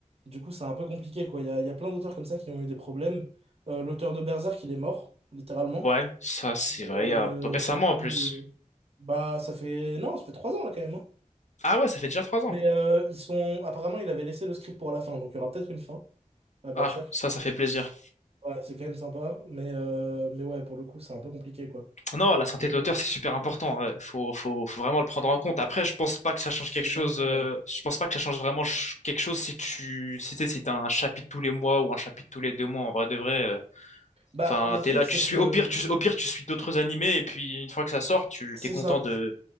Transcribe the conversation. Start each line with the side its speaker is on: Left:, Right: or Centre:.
Right: Du coup, c'est un peu compliqué, quoi. Il y a, il y a plein d'auteurs comme ça qui ont eu des problèmes. Euh, l'auteur de Berserk, il est mort, littéralement.
Left: Ouais, ça c'est vrai,
Right: Euh,
Left: il y a récemment
Right: du coup,
Left: en plus.
Right: euh, bah, ça fait... Non, ça fait trois ans, là, quand même. hein.
Left: Ah ouais, ça fait déjà trois ans.
Right: Mais euh, ils sont... Apparemment, il avait laissé le script pour la fin, donc il y aura peut-être une fin à Berserk.
Left: Ah, ça, ça fait plaisir.
Right: Ouais, c'est quand même sympa, mais, euh, mais ouais, pour le coup, c'est un peu compliqué, quoi.
Left: Non, la santé
Right: Du
Left: de
Right: coup,
Left: l'auteur, c'est super important. ouais. Faut, faut, faut vraiment le prendre en compte. Après, je pense pas que
Right: c'est
Left: ça change quelque chose.
Right: vrai que...
Left: euh,
Right: ouais.
Left: je pense pas que ça change vraiment ch- quelque chose si tu, si t'es, si t'as un chapitre tous les mois ou un chapitre tous les deux mois. En vrai de vrai, euh,
Right: Bah,
Left: enfin,
Right: le truc,
Left: t'es là, tu
Right: c'est
Left: suis.
Right: que
Left: Au pire, tu, au pire, tu suis d'autres animés et puis une fois que ça sort, tu,
Right: c'est
Left: t'es content
Right: ça.
Left: de,